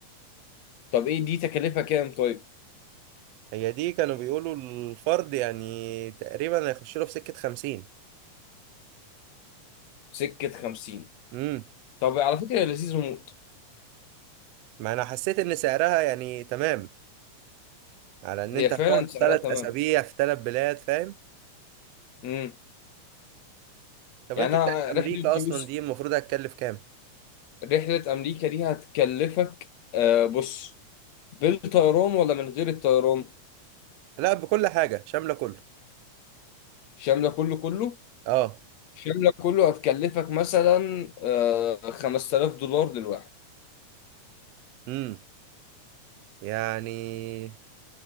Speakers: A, on the left (about 60°); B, on the right (about 80°).
A: طب ايه دي تكلفة كام طيب
B: هي دي كانوا بيقولوا الفرد يعني تقريبا هيخش له في سكه 50
A: سكة 50
B: امم
A: طب على فكرة هي لذيذة موت
B: ما انا حسيت ان سعرها يعني تمام على ان
A: هي
B: انت
A: فعلا
B: هتقعد
A: سعرها
B: ثلاث
A: تمام
B: اسابيع في ثلاث بلاد فاهم
A: امم
B: طب
A: يعني
B: انت بتاعت
A: انا
B: امريكا
A: رحلة
B: اصلا
A: يوسف
B: دي المفروض هتكلف كام
A: رحلة امريكا دي هتكلفك آه بص بالطيران ولا من غير الطيران
B: لا بكل حاجه شامله كله
A: شاملة كله كله
B: اه
A: شاملة كله هتكلفك مثلا آه 5000 دولار للواحد
B: امم يعني